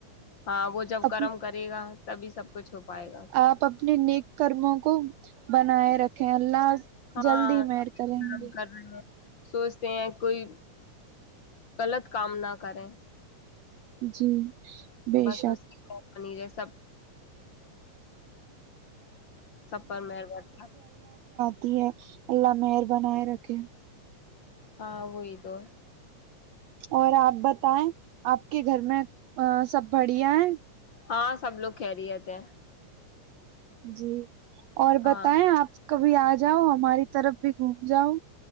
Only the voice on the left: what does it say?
ہاں وہ جب
کرم کرے گا تبھی سب کچھ ہو پائے گا
ہاں
گرم
کر رہے ہیں سوچتے ہیں کوئی غلط کام نہ کریں
بس
اس کی کپنی جیس سب ہ
ہاں وہی تو
ہاں سب لوگ کہہ رہیتے ہیں
ہاں